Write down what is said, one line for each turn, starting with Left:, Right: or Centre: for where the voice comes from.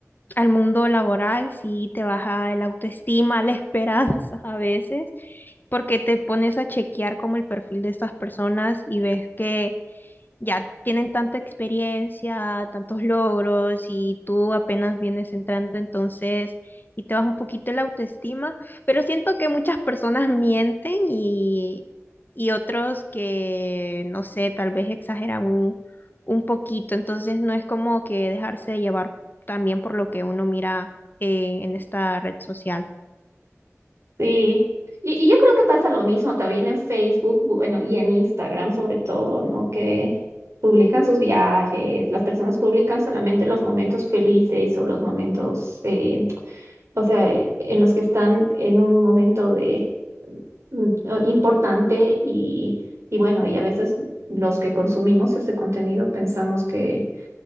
Left: al mundo laboral, sí te baja el autoestima, la esperanza <laughs> a veces, porque te pones a chequear como el perfil de estas personas y ves que ya tienen tanta experiencia, tantos logros y tú apenas vienes entrando entonces y te baja un poquito la autoestima, pero siento que muchas personas mienten y, y otros que, no sé, tal vez exageran un, un poquito, entonces no es como que dejarse llevar también por lo que uno mira eh, en esta red social.
Right: Sí, y, y yo creo que pasa lo mismo también en Facebook, bu- bueno, y en Instagram sobre todo, ¿no? Que publican sus viajes, las personas publican solamente los momentos felices o los momentos, eh, o sea, eh, en los que están en un momento de mm, o- importante y, y bueno, y a veces los que consumimos ese contenido pensamos que